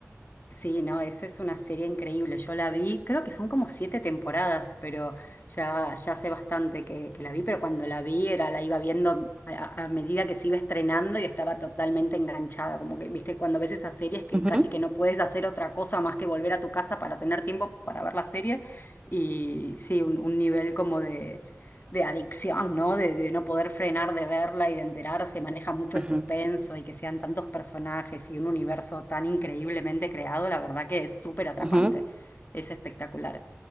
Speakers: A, on the left (about 40°); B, on the right (about 20°).
A: Sí, no, esa es una serie increíble. Yo la vi, creo que son como siete temporadas, pero ya, ya hace bastante que, que la vi, pero cuando la vi era, la iba viendo a, a- medida que se iba estrenando y estaba totalmente enganchada. Como que, viste, cuando ves esas series que
B: Ujú,
A: casi que no puedes hacer otra cosa más que volver a tu casa para tener tiempo para ver la serie. Y sí, un, un nivel como de de adicción, ¿no? De, de no poder frenar de verla y de enterarse, maneja mucho
B: ujú,
A: el suspenso y que sean tantos personajes y un universo tan increíblemente creado, la verdad que es súper atrapante,
B: ujú.
A: es espectacular.